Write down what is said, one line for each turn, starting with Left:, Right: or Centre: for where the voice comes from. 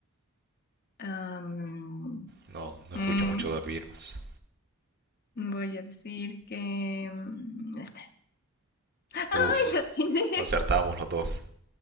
Left: Am,
Right: No, no escucho
Left: mm,
Right: mucho de Beatles.
Left: voy a decir que... mm, este. ¡Ay,
Right: Uf,
Left: la tiene!
Right: acertábamos los dos.